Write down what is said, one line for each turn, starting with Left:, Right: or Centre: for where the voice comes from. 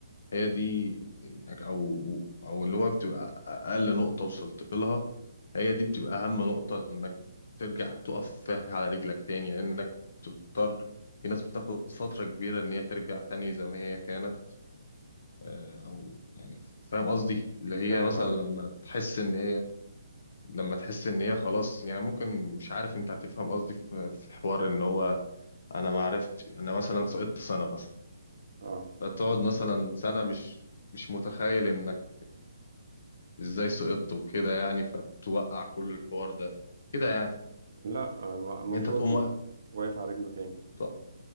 Left: هي دي إنك- او او اللي هو بتبقى اقل نقطة وصلت لها هي دي بتبقى اهم نقطة انك ترجع تقف فيها على رجلك تاني لانك تضطر في ناس بتاخد فترة كبيرة ان هي ترجع تاني زي ما هي كانت آه، او يعني فاهم قصدي اللي هي
Right: فاهم
Left: مثلا لما
Right: قصدي
Left: تحس ان هي لما تحس ان هي خلاص يعني ممكن مش عارف انت هتفهم قصدي في في حوار ان هو انا ما عرفت انا مثلا سقطت سنة مثلا
Right: اه
Left: فتقعد مثلا سنة مش مش متخيل انك ازاي سقطت وكده يعني فتوقع كل الحوار ده كده يعني
Right: لا الم- المفروض
Left: انت تقوم
Right: دي
Left: واقف
Right: واقف على رجله تاني
Left: طب